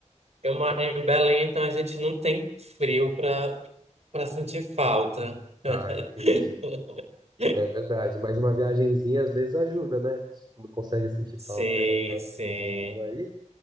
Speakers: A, on the right; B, on the right.
A: eu moro
B: Pode
A: em
B: falar.
A: Belém, então a gente não tem frio pra, pra sentir falta.
B: Tá,
A: <laughs>
B: entendi. É verdade. Mas uma viagenzinha às vezes ajuda, né? Se tu não consegue sentir
A: Sim,
B: falta, é, né?
A: sim.
B: Frio aí.